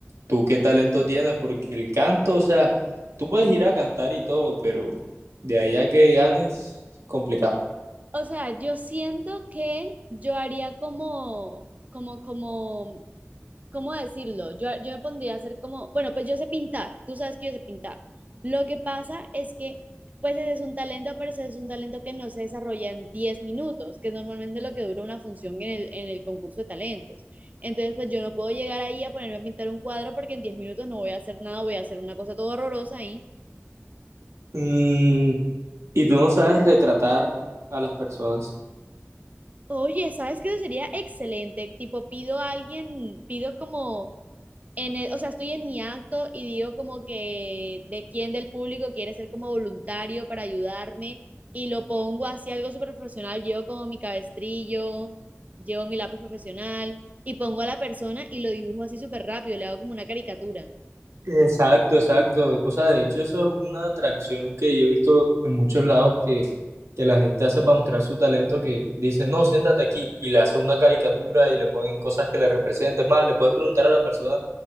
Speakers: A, on the right; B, on the right.
A: tú qué talento tienes, porque el canto, o sea, tú puedes ir a cantar y todo, pero de allá que ganes, complicado.
B: O sea, yo siento que yo haría como, como, como ¿cómo decirlo? Yo, yo me pondría a hacer como, bueno, pues yo sé pintar, tú sabes que yo sé pintar. Lo que pasa es que, pues ese es un talento, pero ese es un talento que no se desarrolla en 10 minutos, que es normalmente lo que dura una función en el, en el concurso de talentos. Entonces, pues yo no puedo llegar ahí a ponerme a pintar un cuadro porque en 10 minutos no voy a hacer nada, voy a hacer una cosa todo horrorosa ahí.
A: Mm, y tú no sabes retratar a las personas.
B: Oye, ¿sabes qué? Eso sería excelente. Tipo, pido a alguien, pido como en el- o sea, estoy en mi acto y digo como que de quién del público quiere ser como voluntario para ayudarme y lo pongo así algo súper profesional, llevo como mi cabestrillo, llevo mi lápiz profesional y pongo a la persona y lo dibujo así súper rápido, le hago como una caricatura.
A: Exacto, exacto. O sea, de hecho eso es una atracción que yo he visto en muchos lados que, que la gente hace para mostrar su talento, que dice, no, siéntate aquí y le hace una caricatura y le ponen cosas que le representen. Es más, le puedes preguntar a la persona